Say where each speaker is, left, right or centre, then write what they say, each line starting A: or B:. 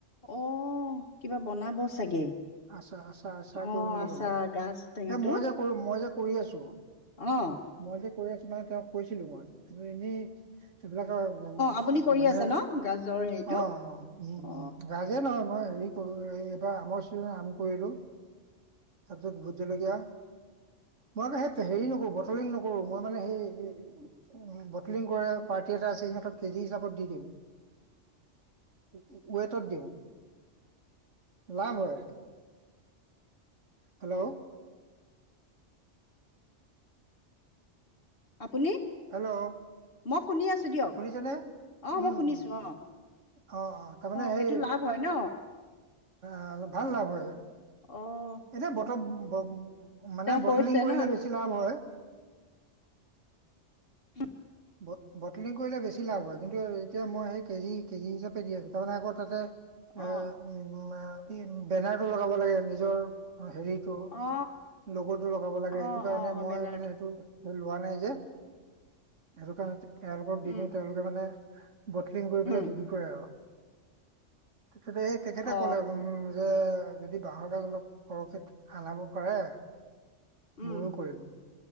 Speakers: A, on the left; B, on the right.
A: অহ, কিবা বনাব চাগে
B: আচা আচা আচাৰ
A: অ
B: কৰিম বুলি
A: আচাৰ
B: কলে,
A: গাজ টেঙাটো
B: এ মই যে কৰি মই যে কৰি আছো।
A: অ।
B: মই যে কৰি আছো মানে তেওঁক কৈছিলো মই তুমি এনেই সেইবিলাকৰ অ
A: আপুনি
B: অ
A: কৰি
B: মানে
A: আছে ন গাজৰ হেৰিটো
B: অ অ। উম উম,
A: অ
B: ৰাজে নহয় মই হেৰি কৰো এ এইবাৰ আমৰ চিজন আম কৰিলো। তাৰপিছত ভূতজলকীয়া মই মানে সেইত হেৰি নকৰো বটলিং নকৰো, মই মানে সেই উম বটলিং কৰে, পাৰ্টি এটা আছে সিহঁতক কেজি হিচাপত দি দিওঁ। উম উম ৱেটত দিওঁ, লাভ হয়। হেল্ল'?
A: আপুনি?
B: হেল্ল'
A: মই শুনি আছো দিয়ক
B: শুনিছেনে?
A: অ
B: উম
A: মই শুনিছো
B: উম।
A: অ
B: অ অ তাৰমানে
A: সেইটো
B: সেই
A: লাভ হয় ন
B: অলপ ভাল লাভ হয়।
A: অহ।
B: এনে বটত ব মানে বটলিং
A: কৈছে
B: কৰিলে
A: ন
B: বেছি লাভ হয়।
A: হু
B: ব বটলিং কৰিলে বেছি লাভ হয় কিন্তু এতিয়া মই সেই কেজি - কেজি হিচাপে দি আছোঁ তাৰমানে আকৌ তাতে
A: অ
B: এ উম ই বেনাৰটো লগাব লাগে নিজৰ। অঁ হেৰিটো
A: অ
B: লগৰটো লগাব লাগে
A: অ
B: সেইটো কাৰণে
A: অ অ
B: মই
A: বেনাৰটো
B: মানে এইটো- লোৱা নাই যে। সেইটো কাৰণে তেওঁলোকক দি
A: উম
B: দিওঁ তেওঁলোকে মানে- বটলিং কৰি পেলাই
A: উম
B: বিক্ৰী কৰে আৰু তাপিছতে এই- তেখেতে
A: অ
B: ক'লে যে যদি বাঁহৰ গাজ অলপ পতকৈ হলাব পাৰে-
A: উম
B: ময়ো কৰিম।